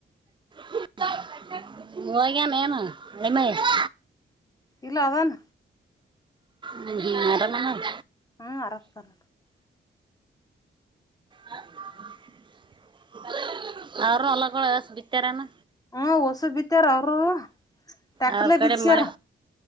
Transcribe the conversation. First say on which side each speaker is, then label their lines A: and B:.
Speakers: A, on the right; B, on the left.
A: ಗುದ್ಯಾವ ಕನ್ನಡಕ ಹೋಗ್ಯಾನೇನ ಎಮ್ಮಾಚ್ ಎಳ
B: ಇಲ್ಲಾ ಅದಾನ
A: ಜ್ಜಜ್ಜಜ್ಜ ಇಗ ಬಿಡ ಅರಾಮ್ ಅದಾನ್
B: ಹಾ ಆರಾಮದ
A: ಆರೋರೋ ಬೊಡ್ಡಡ್ಡ ಅವರು ಹೊಲಗಳು ಒಸು ಬಿತ್ತಾರೇನು
B: ಹು ಹೊಸು ಬಿತ್ತಾರ ಅವರು ಟ್ಯಾಕ್ಟರ್ಲೆ
A: ಅವ್ರ ಕಡೆ
B: ಬಿಸ್ತಾರ
A: ಮಳೆ